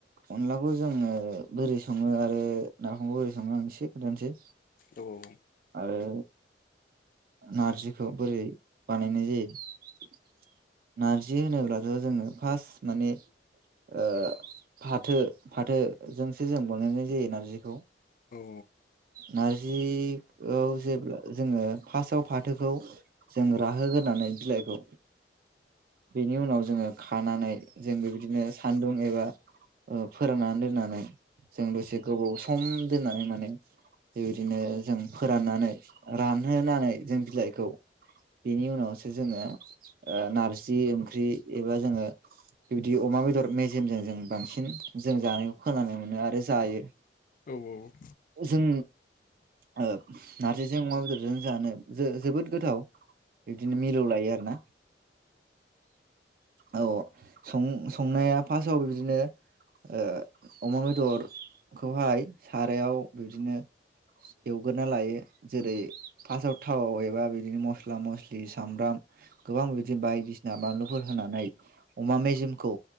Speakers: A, on the right (about 50°); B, on the left (about 50°).
A: अनलाखौ जोङो बोरै सङो आरो नाफामखौ बोरै सङो आं एसे खोन्थानोसै।
B: औ
A: आरो नारजिखौ बोरै बानायनाय जायो? नार्जि होनोब्लाथ' जोङो फार्स्ट माने ओ फाथो फाथोजोंसो जों बानायनाय जायो नारजिखौ।
B: औ
A: नारजि ओव जेब्ला जोङो फार्स्टआव फाथोखौ जों राहोग्रोनानै बिलाइखौ बेनि उनाव जोङो खानानै जोंबो बिदिनो सान्दुं एबा ओ फोरोंनानै दोननानै जों दसे गोबाव सम दोननानै माने बेबायदिनो जों फोराननानै रानहोनानै जों बिलाइखौ बेनि उनावसो जोङो ओ नारजि जि ओंख्रि एबा जोङो बिबादि अमा बेदर मेजेमजों जों बांसिन जों जानायखौ खोनानो मोनो आरो जायो।
B: औ औ
A: जों ओ नारजिजों अमा बेदरजों जानो जो जोबोद गोथाव बिदिनो मिलौ लायो आरोना। औ सं संनाया फारस्टआव बिदिनो ओ अमा बेदरखौहाय सारायाव बिब्दिनो एवगोरना लायो जेरै फार्स्टआव थाव एबा बिदिनो मस्ला मस्लि सामब्राम गोबां बिदिनो बायदिसिना बानलुफोर होना नाय अमा मेजेमखौ